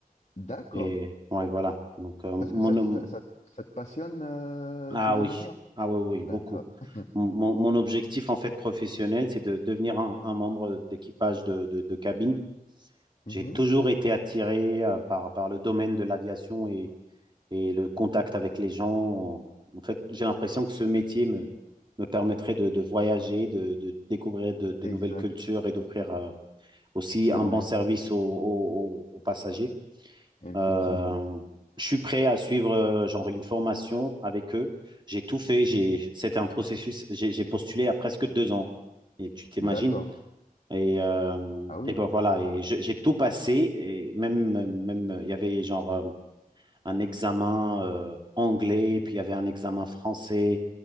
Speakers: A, on the left (about 50°); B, on the right (about 30°).
A: D'accord.
B: Et ouais, voilà. Donc, euh, mon,
A: Parce que ça, ça, ça- ça te passionne euh,
B: Ah
A: ce domaine-là?
B: oui, ah oui, oui, oui,
A: D'accord.
B: beaucoup.
A: <laughs>
B: Mon, mon- mon objectif en fait professionnel, c'est de devenir un, un membre d'équipage de, de- de cabine.
A: Mhm.
B: J'ai toujours été attiré euh, par, par le domaine de l'aviation et, et le contact avec les gens. En fait, j'ai l'impression que ce métier me, me permettrait de, de voyager, de, de découvrir de, de
A: Exact,
B: nouvelles cultures et d'offrir euh, aussi
A: c'est
B: un
A: vrai,
B: bon service aux, aux aux- aux passagers.
A: effectivement.
B: Euh, je suis prêt à suivre euh, genre une formation avec eux. J'ai tout fait. J'ai,
A: Mhm.
B: c'était un processus. J'ai j'ai postulé à presque deux ans. Et tu t'imagines?
A: D'accord.
B: Et, euh,
A: Ah oui,
B: et ben voilà.
A: ça
B: Et
A: prend.
B: je- j'ai tout passé. Et même, même, euh, il y avait genre euh, un examen euh, anglais, puis il y avait un examen français,